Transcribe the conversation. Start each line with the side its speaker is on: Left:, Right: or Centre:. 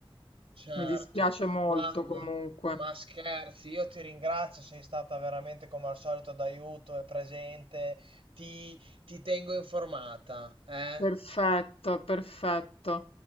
Right: Certo,
Left: Mi dispiace molto
Right: guarda,
Left: comunque.
Right: ma scherzi, io ti ringrazio, sei stata veramente come al solito d'aiuto e presente, ti, ti tengo informata, eh?
Left: Perfetto, perfetto.